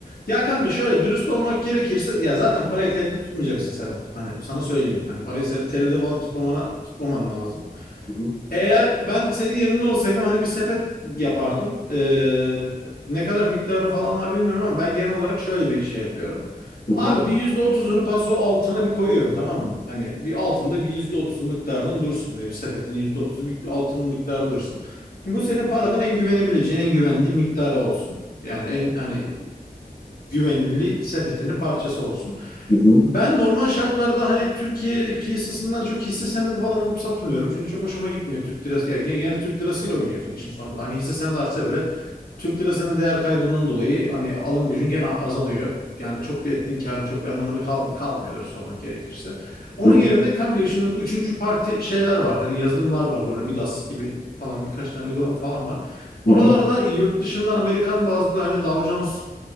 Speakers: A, on the left; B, on the left.
A: Ya kanka şöyle dürüst olmak gerekirse ya zaten parayı TL'de tutmayacaksın Serhat. Hani sana söyleyeyim. Hani parayı se- TL'de falan tutmamana tutmaman lazım.
B: Hı hı,
A: Eğer ben senin yerinde olsaydım hani bir sepet yapardım. Ee, ne kadar miktarın falan var bilmiyorum ama ben genel olarak şöyle bir şey yapıyorum.
B: hı hı,
A: Abi bir yüzde otuzunu paso altına bir koyuyorum tamam mı? Hani bir altında bir yüzde otuz miktarının dursun. Hani bir sepetin yüzde otuzu bir altın miktarı dursun. Bu senin paradan en güvenebileceğin, en güvendiği miktarı olsun. Yani en hani güvenilir sepetinin parçası olsun.
B: hı hı,
A: Ben normal şartlarda hani Türkiye piyasasından çok hisse senedi falan alıp satmıyorum. Çünkü çok hoşuma gitmiyor Türk lirası. Yani, yani Türk lirasıyla oynuyorsun işin sonunda. Hani hisse senedi artsa bile Türk lirasının değer kaybından dolayı hani alım gücün gene azalıyor. Yani çok bir ettiğin karın çok bir anlamını kal kalmıyor dürüst olmak gerekirse. Onun
B: hı hı,
A: yerine kanka şimdi bu üçüncü parti şeyler var. Hani yazılımlar var böyle Midas gibi falan birkaç tane uygulama falan var.
B: hı
A: Oralarda
B: hı,
A: yurt dışından Amerikan bazlı hani Dow Jones